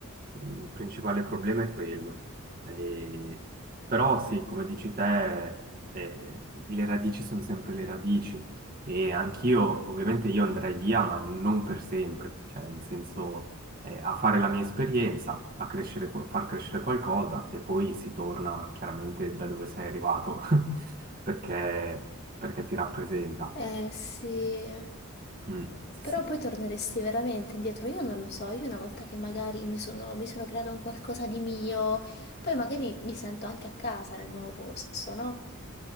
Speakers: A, on the right; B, on the left.
A: Il principale problema è quello. E- Però sì, come dici te, eh, le radici sono sempre le radici. E anch'io, ovviamente, io andrei via, ma non per sempre. Cioè, in senso, eh, a fare la mia esperienza, a crescere, qual- far crescere qualcosa, e poi si torna chiaramente da dove sei arrivato, <laughs> perché perché ti rappresenta.
B: Eh sì,
A: Mm, sì,
B: però poi torneresti veramente indietro, io non lo so, io una volta che magari mi sono, mi sono creato un qualcosa di mio, poi magari mi sento anche a casa nel nuovo posto, no?